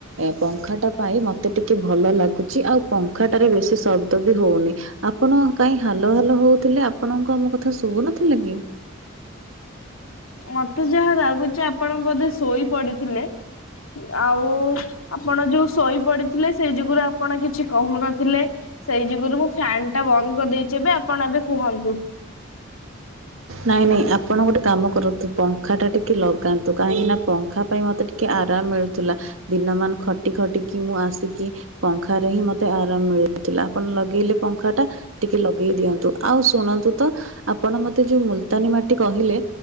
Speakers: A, on the right; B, on the left.
A: ଏ ପଙ୍ଖା ଟା ପାଇଁ ମତେ ଟିକେ ଭଲ ଲାଗୁଛି ଆଉ ପଙ୍ଖାଟାରେ ବେଶୀ ଶବ୍ଦ ବି ହଉନି ଆପଣ କାହିଁ ହାଲୋ ହାଲୋ ହଉଥିଲେ ଆପଣଙ୍କ ମୋ କଥା ଶୁଭୁନଥିଲା କି?
B: ମତେ ଯାହା ଲାଗୁଛି ଆପଣ ବୋଧେ ଶୋଇ ପଡିଥିଲେ। ଆଉ ଆପଣ ଯୋଉ ଶୋଇପଡିଥିଲେ ସେଇ ଯୁଗୁରୁ ଆପଣ କିଛି କହୁନଥିଲେ ସେଇ ଯୁଗୁରୁ ମୁଁ ଫ୍ୟାନ୍ ଟା ବନ୍ଦ କରିଦେଇଛି ଏବେ ଆପଣ ଏବେ କୁହନ୍ତୁ। <inaudible>
A: ନାଇଁ ନାଇଁ ଆପଣ ଗୋଟେ କାମ କରନ୍ତୁ ପଙ୍ଖାଟା ଟିକେ ଲଗାନ୍ତୁ କାହିଁକି ନା ପଙ୍ଖା ପାଇଁ ମୋତେ ଟି ଟିକେ ଆରାମ ମିଳୁଥିଲା ଦିନମାନ ଖଟି ଖଟିକି ମୁଁ ଆସିକି ପଙ୍ଖାରେ ହିଁ ମତେ ଆରାମ ମିଳୁଥିଲା ଆପଣ ଲଗେଇଲେ। ପଙ୍ଖା ଟା ଟିକେ ଲଗେଇ ଦିଅନ୍ତୁ ଆଉ ଶୁଣନ୍ତୁ ତ ଆପଣ ମତେ ଯୋଉ ମୁଲତାନୀ ମାଟି କହିଲେ